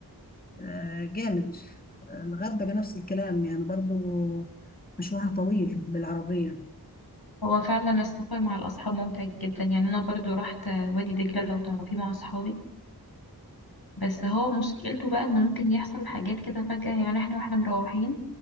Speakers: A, on the left; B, on the left.
A: آه جامد آه، الغردقة نفس الكلام يعني برضو مشوارها طويل بالعربية
B: هو فعلا السفر مع الاصحاب ممتع جدا يعني انا برضو رحت آه، وادي دجلة لو تعرفيه مع اصحابي بس هو مشكلته بقى انه ممكن يحصل حاجات كده فجأة يعني احنا واحنا مروحين